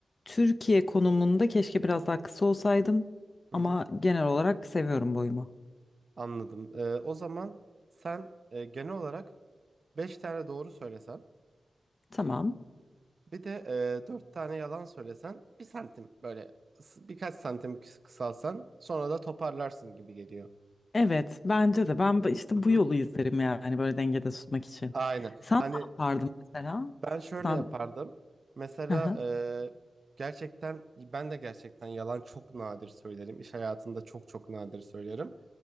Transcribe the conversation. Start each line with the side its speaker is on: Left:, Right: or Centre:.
Left: Türkiye konumunda keşke biraz daha kısa olsaydım
Right: Hı
Left: ama
Right: hı.
Left: genel olarak seviyorum boyumu.
Right: Anladım. Ee, o zaman sen e, genel olarak 5 tane doğru söylesen
Left: Tamam.
Right: bir de e, 4 tane yalan söylesen bir santim böyle s- birkaç santim kıs- kısalsan sonra da toparlarsın gibi geliyor.
Left: Evet, bence de. Ben bu- işte
Right: Hı hı.
Left: bu yolu izlerim yani böyle dengede tutmak için.
Right: Aynen.
Left: Sen
Right: Hani
Left: ne yapardın mesela?
Right: Ben şöyle
Left: Sen
Right: yapardım. Mesela
Left: hı hı.
Right: eee, gerçekten ben de gerçekten yalan çok nadir söylerim. İş hayatında çok çok nadir söylerim.